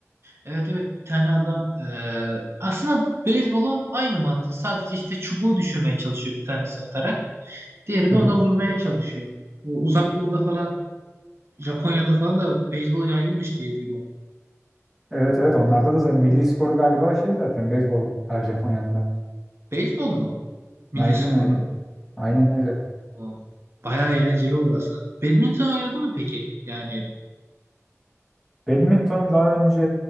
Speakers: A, on the right; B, in the centre.
A: Evet evet bir tane adam eee, aslında beyzbolun aynı mantığı. Sadece işte çubuğu düşürmeye çalışıyor bir tanesi atarak. Diğeri
B: Hı
A: de
B: hı.
A: ona vurmaya çalışıyor. Bu Uzak Doğu'da falan Japonya'da falan da beyzbol yaygınmış diye duydum.
B: Evet evet onlarda da zaten milli spor galiba şey zaten beyzbol her Japonya'nın
A: Beyzbol mu? Milli
B: Aynen
A: sporu.
B: aynen. Aynen öyle.
A: Ha, Bayağı eğlenceli olur aslında. Badminton oynadı mı peki? Yani
B: Badminton daha önce